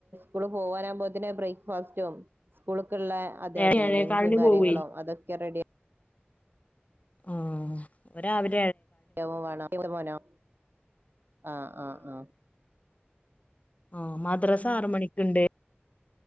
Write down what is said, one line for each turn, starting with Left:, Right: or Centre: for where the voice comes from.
Right: സ്കൂൾ പോകാനാകുമ്പോത്തിനു ബ്രേക്ക്ഫാസ്റ്റും സ്കൂ ള്ള അതെ
Left: ഏഴ്
Right: അതെ
Left: ഏഴേകാലിന്
Right: ലഞ്ചും കാര്യങ്ങളും
Left: പോവേ
Right: അതൊക്കെ റെഡി
Left: ആ ഒാവിലെ
Right: വേണന മോനോ ആഹ ആഹ ആഹ
Left: ആഹ മദ്രസ ആറ് മണിക്കുണ്ട്